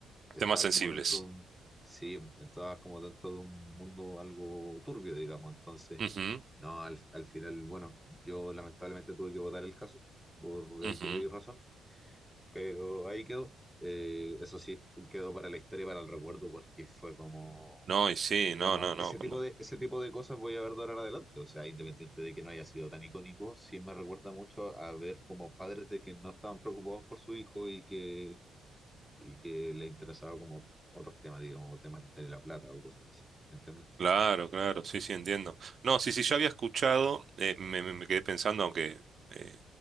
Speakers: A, in the centre; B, on the right (about 45°).
A: estaba
B: Temas sensibles.
A: como dentro de un, sí, estaba como dentro de un mundo algo turbio, digamos, entonces,
B: Ujú,
A: no, al, al final, bueno, yo lamentablemente tuve que votar el caso por
B: ujú.
A: X o Y razón, pero ahí quedó. Eh, eso sí, quedó para la historia, y para el recuerdo, porque fue como,
B: No, y sí,
A: digamos,
B: no, no, no.
A: ese
B: Cuando
A: tipo de, ese tipo de cosas voy a ver de ahora en adelante. O sea, independiente de que no haya sido tan icónico, sí me recuerda mucho a ver como padres de que no estaban preocupados por su hijo y que, y que le interesaba como otros temas, digamos, o temas de la plata o cosas así. ¿Me entiendes?
B: Claro, claro, sí, sí, entiendo. No, sí, sí, yo había escuchado, eh, me, me- me quedé pensando, aunque eh,